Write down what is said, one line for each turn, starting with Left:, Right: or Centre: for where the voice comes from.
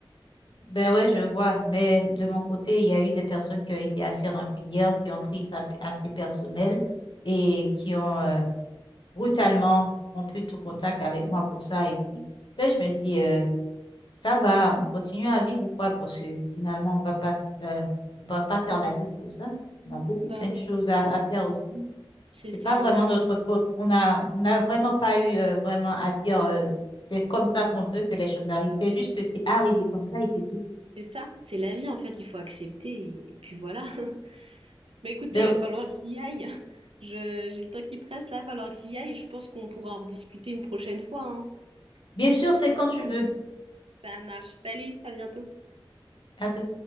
Left: Ben ouais, je vois, mais de mon côté, il y a eu des personnes qui ont été assez rancunières, qui ont pris ça p- assez personnel et qui ont euh, brutalement rompu tout contact avec moi pour ça. Et puis, ben, je me dis, euh, ça va, on continue à vivre ou quoi? Parce que finalement, on va pas, s- euh, on va pas faire la tête pour ça. On a beaucoup
Right: Bah
Left: plein
Right: oui,
Left: de choses à, à faire aussi.
Right: c'est
Left: C'est
Right: ça,
Left: pas vraiment
Right: on a...
Left: notre faute. On a, on n'a vraiment pas eu euh, vraiment à dire, euh, c'est comme ça qu'on veut que les choses arrivent. C'est juste que c'est arrivé comme ça et c'est tout.
Right: C'est ça, c'est la vie en fait, il faut accepter et et puis voilà. <laughs> Bah écoutez,
Left: Ben,
Right: il va falloir que j'y aille. Je, j'ai le temps qui presse là, il va falloir que j'y aille. Je pense qu'on pourra en rediscuter une prochaine fois, hein.
Left: Bien sûr, c'est quand tu veux.
Right: Ça marche. Salut, à bientôt.
Left: À tout